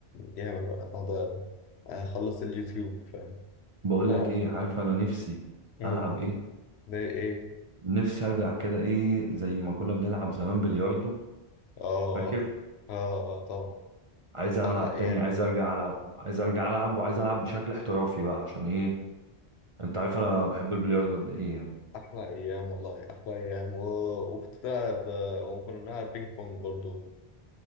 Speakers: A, on the left; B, on the right.
A: ياما بقى اقعد اخلص اليوتيوب فاهم
B: بقول
A: ف
B: لك ايه عارف انا نفسي
A: امم
B: العب ايه
A: ده ايه
B: نفسي ارجع كده ايه زي ما كنا بنلعب زمان بلياردو
A: اه
B: فاكر
A: اه آه، طبعا
B: عايز العب
A: احلى ايام
B: تاني عايز ارجع العب عايز ارجع العب وعايز العب بشكل احترافي بقى عشان ايه انت عارف انا بحب البلياردو قد ايه يعني.
A: احلى ايام والله احلى ايام و... وكنت بلعب وكنا بنلعب بينج بونج برضو